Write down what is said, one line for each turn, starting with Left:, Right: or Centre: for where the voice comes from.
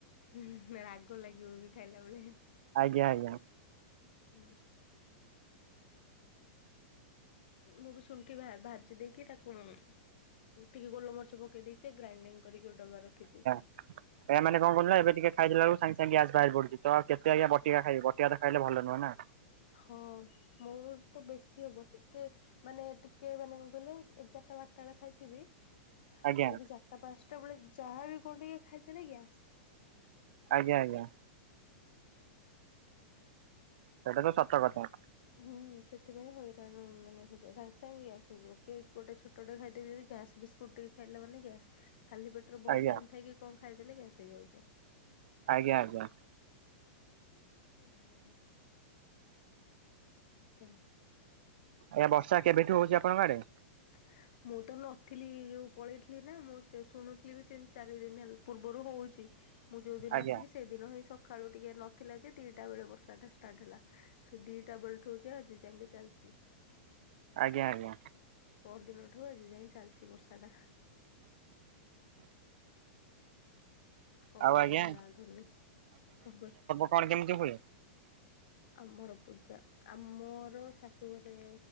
Left: ହୁଁ ରାଗ ଲାଗିବ ବି ଖାଇଲା ବେଳେ ହଁ।
Right: ଆଜ୍ଞା ଆଜ୍ଞା
Left: ମୁଁ ବି ଶୁଣ୍ଠି ଭାଜି ଦେଇକି ତାକୁ ଟିକେ ଗୋଲମରିଚ ପକେଇ ଦେଇଛିି। ସେ ଗ୍ରାଇଣ୍ଡିଙ୍ଗ କରିକି ଗୋଟେ ଡବାରେ ରଖିଛି।
Right: ଏମାନେ କଣ କରୁଛନ୍ତି ଏବେ ଟିକେ ଖାଇ ଦେଲାକୁ ସାଙ୍ଗେ ସାଙ୍ଗେ ଗ୍ୟାସ ବାହାରି ପଡୁଛି। ତ କେତେ ଆଜ୍ଞା ବଟିକା ଖାଇବି ବଟିକା ଟା ଖାଇଲେ ଭଲ ନୁହେଁ ନା।
Left: ହଁ ମୋର ତ ବେଶୀ ହବ ଟିକେ ମାନେ ଟିକେ ମାନେ କଣ କହିଲେ ଏଗାରଟା ବାରଟା ବେଳେ ଖାଇଥିବି
Right: ଆଜ୍ଞା
Left: ଯାଇକି ଚାରିଟା ପାଞ୍ଚଟା ବେଳେ ଯାହାବି କଣ ଟିକେ ଖାଇଦେଲେ ଗ୍ୟାସ।
Right: ଆଜ୍ଞା ଆଜ୍ଞା। ସେଟା ତ ସତ କଥା।
Left: ହୁଁ ସେଥିପାଇଁ ହଇରାଣ ମାନେ ହେଇଯିବ ସାଙ୍ଗେ ସାଙ୍ଗେ ଗ୍ୟାସ୍ ହେଇଯିବ। କେକ୍ ଗୋଟେ ଛୋଟଟେ ଖାଇଦେବି ଯଦି ଗ୍ୟାସ୍ ବିସ୍କୁ ଟକି ଖାଇଲା ମାନେ ଗ୍ୟାସ୍। ଖାଲି ପେଟରେ ବୋହୁତ
Right: ଆଜ୍ଞା
Left: ଟାଇମ ଥାଇକି କଣ ଖାଇଦେଲେ ଗ୍ୟାସ୍ ହେଇଯାଉଛି।
Right: ଆଜ୍ଞା ଆଜ୍ଞା।
Left: ଏ ହଁ ହଁ। ଆଜ୍ଞା।
Right: ଆଜ୍ଞା ବର୍ଷା କେବେଠୁ ହଉଛି ଆପଣଙ୍କ ଆଡେ?
Left: <inaudible> ମୁଁ ତ ନଥିଲି ଯୋଉ ପଳେଇଥିଲି ନା। ମୁଁ ସେ ଶୁଣୁଥିଲି ବି ତିନି ଚାରି ଦିନ ପୂର୍ବରୁ ହଉଛି। ମୁଁ ଯୋଉ ଦିନ
Right: ଆଜ୍ଞା
Left: ଆସିଲି। ସେଦିନ ହିଁ ସକାଳୁ ଟିକେ ନଥିଲା ଯେ ଦିଟା ବେଳେ ବର୍ଷା ଟା ଷ୍ଟାର୍ଟ ହେଲା। ସେ ଦିଟା ବେଳଠୁ ଆଜି ଯାଏଁ ଚାଲିଛି।
Right: ଆଜ୍ଞା ଆଜ୍ଞା।
Left: ପରଦିନଠୁ ଆଜି ଯାଏଁ ଚାଲିଛି ବର୍ଷା ଟା। କମିବାର
Right: ଆଉ ଆଜ୍ଞା
Left: ନାଁ ଧରୁନି ଖବର।
Right: କଣ କେମିତି ହୁଏ? ହଁ
Left: ଆମର ପୂଜା ଆମର ଶାଶୁଘରେ